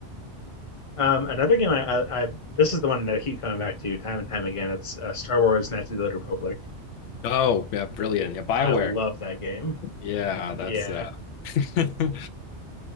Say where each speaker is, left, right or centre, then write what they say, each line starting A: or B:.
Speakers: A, on the left; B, on the left.
A: Um, another game I, I, I this is the one that I keep coming back to time and time again. It's uh, Star Wars: Knights of the Old Republic.
B: Oh, yeah, brilliant. Yeah, BioWare.
A: I love that game.
B: Yeah, that's
A: Yeah,
B: uh <laughs> that's-